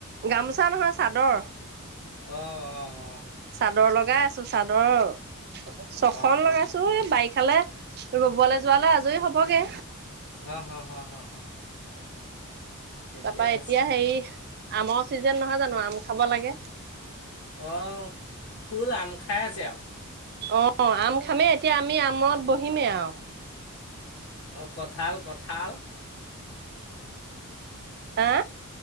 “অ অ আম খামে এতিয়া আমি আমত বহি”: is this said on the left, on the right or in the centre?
Right